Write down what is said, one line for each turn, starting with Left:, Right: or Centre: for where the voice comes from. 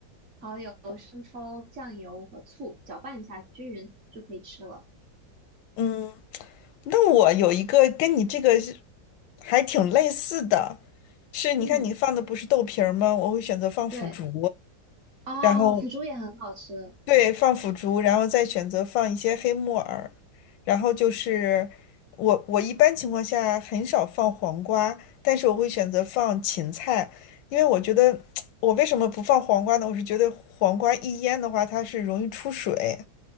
Right: 蚝油、生抽、酱油和醋，搅拌一下均匀就可以吃了。
Left: 嗯，那我有一个跟你这个是还挺类似的，是你看你放的不是豆皮儿吗？
Right: 嗯，
Left: 我会选择放腐竹，
Right: 对。啊，
Left: 然后
Right: 腐竹也很好吃。
Left: 对，放腐竹，然后再选择放一些黑木耳，然后就是我我一般情况下很少放黄瓜，但是我会选择放芹菜，因为我觉得 <tsk> 我为什么不放黄瓜呢？我是觉得黄瓜一腌的话，它是容易出水。